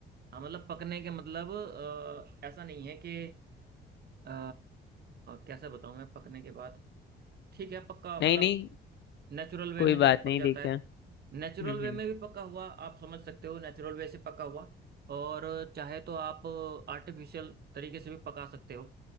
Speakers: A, on the right; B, on the left.
A: हाँ मतलब पकने के मतलब अ, ऐसा नहीं है कि अ, कैसे बताऊं मैं पकने के बाद ठीक है पक्का मतलब
B: नहीं नहीं
A: नेचुरल वे
B: कोई
A: में
B: बात
A: जैसा पक
B: नहीं
A: जाता
B: देखते
A: है
B: हैं
A: नेचुरल
B: हम्म
A: वे
B: हम्म,
A: में भी पका हुआ आप समझ सकते हो नेचुरल वे से पका हुआ और चाहे तो आप आर्टिफिशियल तरीके से भी पका सकते हो